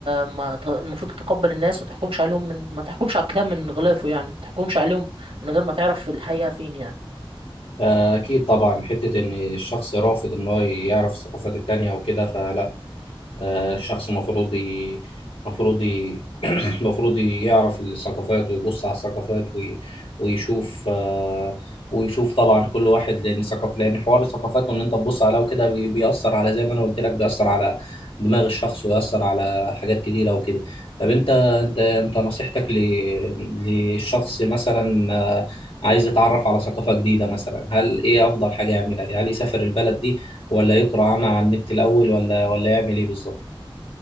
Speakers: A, on the right (about 75°); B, on the left (about 75°).
A: ما ت- المفروض تتقبل الناس وما تحكمش عليهم من ما تحكمش على الكتاب من غلافه يعني ما تحكمش عليهم من غير ما تعرف الحقيقة فين يعني
B: أكيد طبعا حتة إن الشخص رافض إن هو يعرف الثقافات التانية وكده فلا آه، الشخص المفروض ي... المفروض ي... <clears throat> المفروض يعرف الثقافات ويبص على الثقافات وي... ويشوف آه، ويشوف طبعا كل واحد لان ثقافة لان حوار الثقافات وان انت تبص عليها وكده بي... بيأثر على زي ما انا قلت لك بيأثر على دماغ الشخص ويأثر على حاجات كتيرة وكده طب انت انت انت نصيحتك ل... للشخص مثلا آه، عايز يتعرف على ثقافة جديدة مثلا هل ايه افضل حاجة يعملها هل يسافر البلد دي ولا يقرأ عنها على النت الأول ولا ولا يعمل إيه بالظبط؟